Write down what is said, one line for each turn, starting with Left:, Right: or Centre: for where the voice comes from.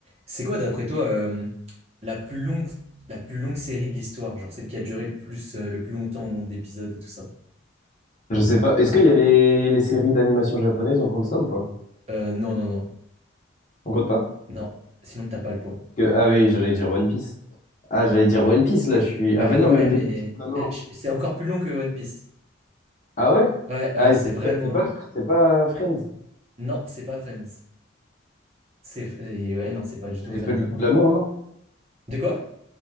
Right: C'est quoi, d'après toi, euh, la plus longue, la plus longue série de l'histoire? Genre celle qui a duré le plus, euh, le plus longtemps en nombre d'épisodes et tout ça.
Left: Je sais pas. Est-ce qu'il y a les, les séries d'animation japonaises, on compte ça ou pas?
Right: Euh, non, non, non.
Left: On compte pas?
Right: Non. Sinon, t'as pas le point.
Left: Que, ah oui, j'allais dire One Piece. Ah, j'allais dire One Piece, là, je suis. Ah
Right: Bah
Left: ben non,
Right: ouais,
Left: même
Right: mais
Left: des petits Conan.
Right: euh, je- c'est encore plus long que One Piece.
Left: Ah ouais?
Right: Ouais, ouais,
Left: Ah,
Right: c'est
Left: c'est
Right: vraiment
Left: Fre- c'est
Right: long.
Left: pas, c'est pas Friends.
Right: Non, c'est pas Friends. C'est... et Ouais, non, c'est pas du tout Friends.
Left: Les feux de
Right: en vrai.
Left: l'amour, non?
Right: De quoi?